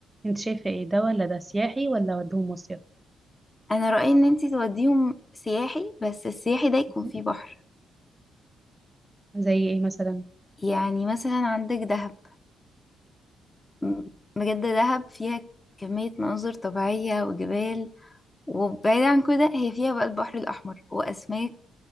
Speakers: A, on the right; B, on the left.
A: أنت شايفة إيه ده ولا ده سياحي ولا أوديهم مصيف؟
B: انا رأيي ان انتي توديهم سياحي بس السياحي ده يكون
A: م-
B: فيه بحر
A: زي إيه مثلا؟
B: يعني مثلا عندك دهب م- بجد دهب فيها كمية مناظر طبيعية وجبال وبعيد عن كده هي فيها بقى البحر الأحمر وأسماك